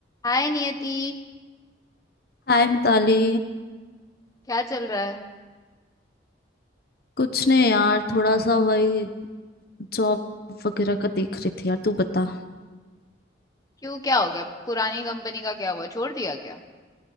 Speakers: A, on the left; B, on the left.
A: हाय नियति
B: हाय मिताली
A: क्या चल रहा है
B: कुछ नहीं यार थोड़ा सा वही जॉब वगैरह का देख रही थी यार तू बता
A: क्यों क्या हो गया पुरानी कंपनी का क्या हुआ छोड़ दिया क्या